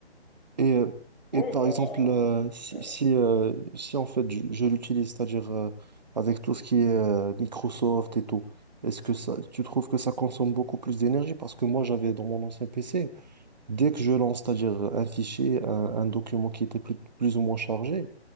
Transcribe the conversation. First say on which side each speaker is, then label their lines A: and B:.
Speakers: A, on the right (about 40°); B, on the left (about 50°).
A: Et, euh,
B: Ouais,
A: et par
B: bah.
A: exemple, euh, si,
B: euh,
A: si, euh, si en fait je, je l'utilise, c'est-à-dire euh, avec tout ce qui est euh, Microsoft et tout, est-ce que ça, tu trouves que ça consomme beaucoup plus d'énergie? Parce que moi, j'avais dans mon ancien PC, dès que je lance, c'est-à-dire un fichier, un, un document qui était plus, plus ou moins chargé,